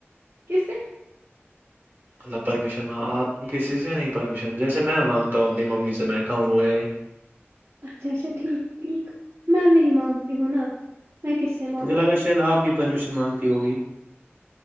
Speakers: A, on the right (about 75°); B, on the right (about 45°).
A: کس سے
B: مطلب پرمیشن آپ کسی سے نہیں پرمیشن جیسے میں مانگتا ہوں اپنی ممی سے میں کھاؤں وہ یے
A: اچھا اچھا ٹھیک ٹھیک میں نہیں مانگتی ہوں نا میں کس سے مانگوں
B: مجھے لگ شاید آپ بھی پرمیشن مانگتی ہوگی